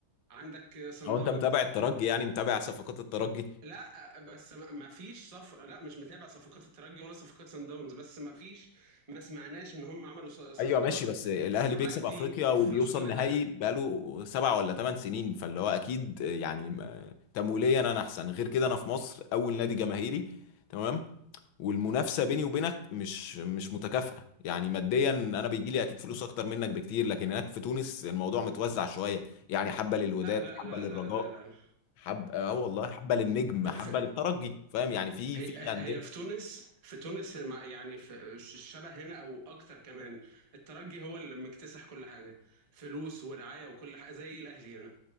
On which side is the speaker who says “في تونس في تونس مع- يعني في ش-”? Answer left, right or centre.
Right